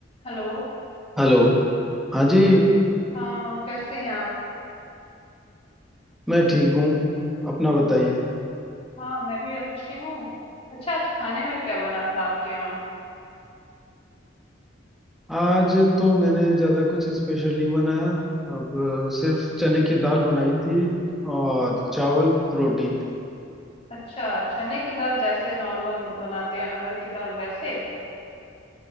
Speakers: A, on the left; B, in the centre.
A: Hello
B: Hello हाँ जी
A: हाँ कैसे हैं आप
B: मैं ठीक हूँ अपना बताइए
A: हाँ मैं भी अच्छी हूँ अच्छा आज खाने में क्या बना था आपके यहाँ
B: आज तो मैंने ज़्यादा कुछ स्पेशल नहीं बनाया अब अ, सिर्फ चने की दाल बनाई थी और चावल रोटी
A: अच्छा चने की दाल जैसे नॉर्मल बनाते हैं अरहर की दाल वैसे